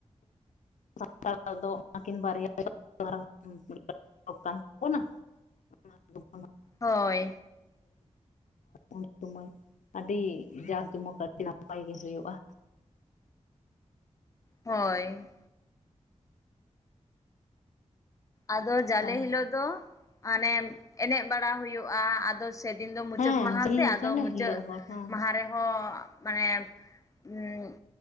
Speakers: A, on the left; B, on the left.
A: <inaudible> <unintelligible>
B: ᱦᱳᱭ
A: ᱩᱱ ᱥᱩᱢᱚᱭ ᱟᱹᱰᱤ ᱡᱟᱠ ᱡᱚᱢᱚᱠ ᱟᱹᱰᱤ ᱱᱟᱯᱟᱭ ᱜᱮ ᱦᱩᱭᱩᱜᱼᱟ।
B: ᱦᱳᱭ, ᱟᱫᱚ
A: ᱱᱟᱯᱟᱭ
B: ᱡᱟᱞᱮ ᱦᱤᱞᱳᱜ ᱫᱚ ᱢᱟᱱᱮ ᱮᱱᱮᱡ ᱵᱟᱲᱟ ᱦᱩᱭᱩᱜᱼᱟ ᱟᱫᱚ ᱯᱮ ᱫᱤᱱ ᱫᱚ ᱢᱩᱪᱟᱹᱫ
A: ᱦᱮᱸ
B: ᱢᱟᱦᱟ
A: ᱡᱤᱞ
B: ᱥᱮ ᱟᱫᱚ
A: ᱡᱟᱞᱮ
B: ᱢᱩᱪᱟᱹᱫ
A: ᱦᱤᱞᱳᱜ ᱦᱚᱸ ᱦᱮᱸ
B: ᱢᱟᱦᱟ ᱨᱮᱦᱚᱸ ᱢᱟᱱᱮ ᱩᱸᱻ